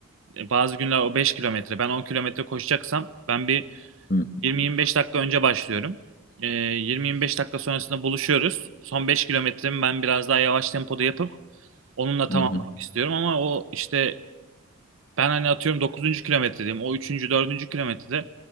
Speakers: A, on the right; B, on the left.
A: e, bazı günler o 5 kilometre. Ben 10 kilometre koşacaksam ben bir
B: Hı
A: 20-25 dakika önce başlıyorum. Ee, 20-25 dakika sonrasında buluşuyoruz. Son 5 kilometremi ben biraz daha yavaş tempoda yapıp onunla tamamlamak
B: hı. hı.
A: istiyorum. Ama o işte ben hani atıyorum 9. kilometredeyim. O 3. 4. kilometrede